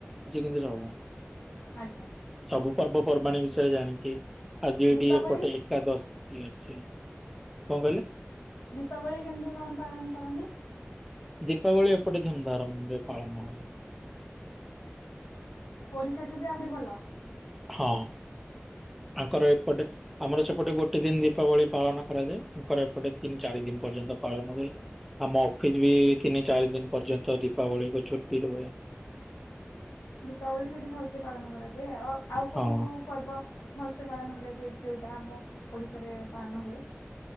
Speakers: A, in the centre; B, on the left.
A: ଏବେ ଜବ
B: ଆଜ୍ଞା
A: ସବୁ ପର୍ବପର୍ବାଣୀ ବିଷୟରେ ଜାଣିଚି। ଆଜି ଏଠି
B: ଦୀପାବଳି
A: ଏପଟେ ଏକାଦଶୀ ଅଛି କଣ କହିଲେ?
B: ଦୀପାବଳି କେମିତି କଣ ପାଳନ କରନ୍ତି?
A: ଦୀପାବଳି ଏପଟେ ଧୁମଧାରମ୍ ରେ ପାଳନ ହୁଏ।
B: ଓଡ଼ିଶାଠୁ ବି ଆହୁରି ଭଲ
A: ହଁ। ଆଙ୍କର ଏପଟେ ଆମର ସେପଟେ ଗୋଟେ ଦିନ୍ ଦୀପାବଳି ପାଳନ କରାଯାଏ ଆଙ୍କର ଏପଟେ ତିନି ଚାରି ଦିନ୍ ପର୍ଯ୍ୟନ୍ତ ପାଳନ ହୁଏ ଆମ ଅଫିସ୍ ବି ତିନି ଚାରି ଦିନ୍ ପର୍ଯ୍ୟନ୍ତ ଦୀପାବଳିକୁ ଛୁଟି ରୁହେ।
B: ଦୀପାବଳି ସେଠି ଭଲସେ ପାଳନ କରାଯାଏ ଆଉ ଆଉ କୋଉ
A: ହଁ।
B: ଓଉ ପର୍ବ ଭଲସ୍ ଏ ପାଳନ କରାଯାଏ ଯୋଉଟା ଆମ ଓଡିଶାରେ ପାଳନ ହୁଏ।